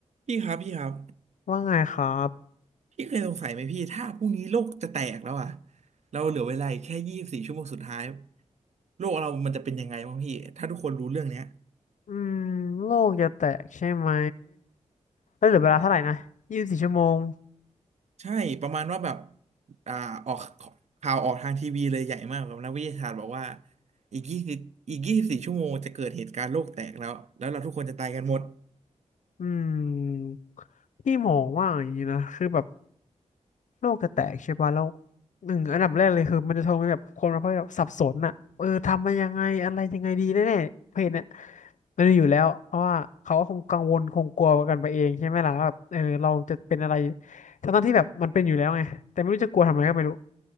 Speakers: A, on the right (about 65°); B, on the left (about 80°).
A: พี่ครับพี่ครับ
B: ว่าไงครับ
A: พี่เคยสงสัยไหมพี่ถ้าพรุ่งนี้โลกจะแตกแล้วอะเราเหลือเวลาอีกแค่ยี่สิบสี่ชั่วโมงสุดท้ายโลกเรามันจะเป็นยังไงบ้างพี่ถ้าทุกคนรู้เรื่องเนี้ย
B: อืมโลกจะแตกใช่ไหมเอ้ยเหลือเวลาเท่าไหร่นะยี่สิบสี่ชั่วโมง
A: ใช่ประมาณว่าแบบอ่าออกข่าวออกทางทีวีเลยใหญ่มากแบบนักวิทยาศาสตร์บอกว่าอีกยี่สิบอีกยี่สิบสี่ชั่วโมงจะเกิดเหตุการณ์โลกแตกแล้วแล้วเราทุกคนจะตายกันหมด
B: อืมพี่มองว่าอย่างนี้นะ คือแบบโลกจะแตกใช่ป่ะแล้วหนึ่งอันดับแรกเลยคือมันจะทำให้แบบคนเราแบบสับสนอะ เออทำมายังไงอะไรยังไงดีแน่ๆเพจเนี่ยมันมีอยู่แล้วเพราะว่าเขาก็คงกังวลคงกลัวกันไปเองใช่ไหมล่ะว่าแบบเออเราจะเป็นอะไรทั้งๆที่แบบมันเป็นอยู่แล้วไงแต่ไม่รู้จะกลัวทำไมก็ไม่รู้